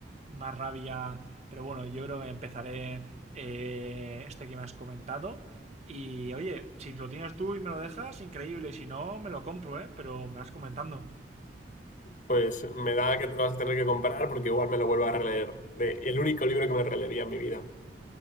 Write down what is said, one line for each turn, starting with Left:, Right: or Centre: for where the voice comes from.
Right: más rabia. Pero bueno, yo creo que empezaré eh, este que me has comentado. Y oye, si lo tienes tú y me lo dejas, increíble. Y si no, me lo compro, ¿eh? Pero me vas comentando.
Left: Pues me da que te lo vas a tener que comprar porque igual me lo vuelvo a releer. De, el único libro que me releería en mi vida.